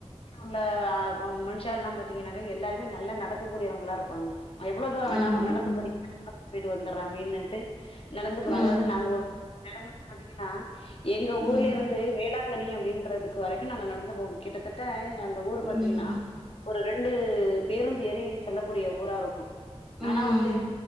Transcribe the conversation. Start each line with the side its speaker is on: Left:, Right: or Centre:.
Left: ங்ள அ ம் மனுஷால்லா பாத்தீங்கனாக்க எல்லாருமே நல்லா நடக்கக் கூடியவங்களா இருப்பாங்க எவ்ளோ தூர வேணாலு
Centre: ஆமா
Left: நடந்து
Centre: ம்
Left: போறீங்ளா நடந்து போயிட்டு வந்துர அப்டினுட்டு நடந்து போறோ
Centre: ம்
Left: அதாவது நாங்க ஒரு <inaudible> <inaudible> பாத்தீங்கனா எங்க
Centre: ம் ம்
Left: ஊர்ல இருந்து வேளா கனி அப்டின்றதுக்கு வரைக்கு நாங்க நடந்து போம் கிட்டத்தட்ட அந்த ஊர் ப
Centre: ம்
Left: திங்கனா ஒரு ரெண்டு பேருந்து ஏறி செல்லக்கூடிய ஊரா இருக்கு ஆனா
Centre: ம்
Left: வந்து